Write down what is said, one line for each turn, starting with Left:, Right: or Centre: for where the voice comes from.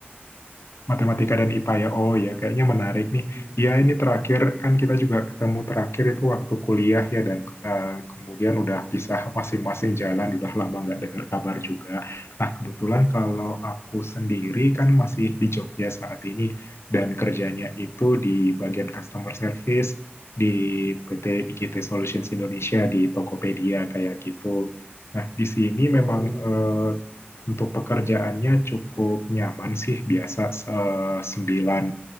Left: Matematika dan IPA ya. Oh ya, kayaknya menarik nih.
Right: Mm-mm.
Left: Ya, ini terakhir kan kita juga ketemu terakhir itu waktu kuliah ya dan eh, kemudian udah pisah masing-masing jalan, udah lama nggak dengar kabar juga. Nah, kebetulan kalau aku sendiri kan masih di Jogja saat ini dan kerjanya itu di bagian customer service di PT IKT Solutions Indonesia di Tokopedia kayak gitu. Nah, di sini memang
Right: Oh iya.
Left: eh, untuk pekerjaannya cukup nyaman sih, biasa eh, sembilan